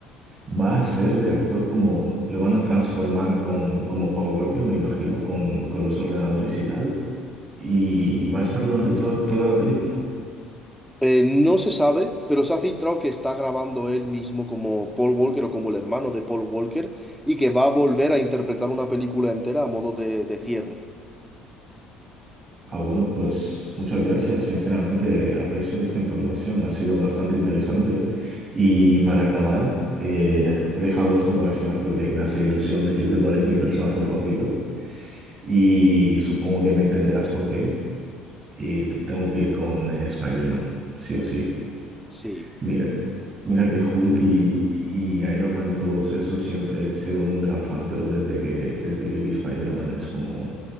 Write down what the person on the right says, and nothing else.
va a ser de actor como, lo van a transformar con, como Paul Walker, me imagino, con, con los ordenadores y tal, y, y va a estar durante toda, toda la película.
Ah, bueno, pues muchas gracias. Sinceramente, aprecio esta información. Ha sido bastante interesante. Y para acabar, eh, he dejado esto para el final porque me hace ilusión decirte cuál es mi personaje favorito. Y supongo que me entenderás por qué. Y te- tengo que ir con eh, Spider-Man, sí o sí.
Mira, mira que Hulk y, y Iron Man y todos esos siempre he sido un gran fan, pero desde que, desde que vi Spider-Man es como